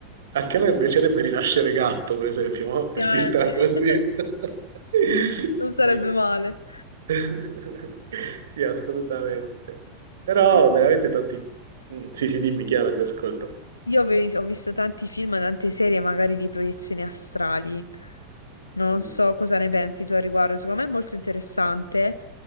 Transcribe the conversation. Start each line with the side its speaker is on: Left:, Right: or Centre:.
Right: anche a me piacerebbe rinascere gatto, per esempio, ma per
Left: Ovviamente.
Right: dirtela così.
Left: <laughs>
Right: <laughs>
Left: Non sarebbe
Right: Sì.
Left: male.
Right: <laughs> Sì, assolutamente. Però
Left: Io
Right: veramente
Left: vedo.
Right: tanti... Mm, Sì, sì, dimmi chiaro, ti ascolto.
Left: Io avevi- ho visto tanti film, tante serie magari di proiezioni astrali. Non
Right: Mm,
Left: so cosa ne pensi tu a riguardo, secondo me è molto interessante.